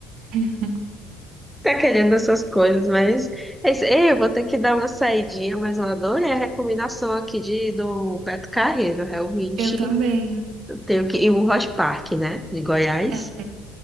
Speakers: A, on the right; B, in the centre.
A: <laughs>
B: Tá querendo essas coisas, mas é isso. Ei, Eu vou ter que dar uma saidinha, mas eu adorei a recomendação aqui de, do Beto Carreiro. Realmente
A: Eu também.
B: eu tenho que. E o Rock Park, né? De Goiás.
A: É.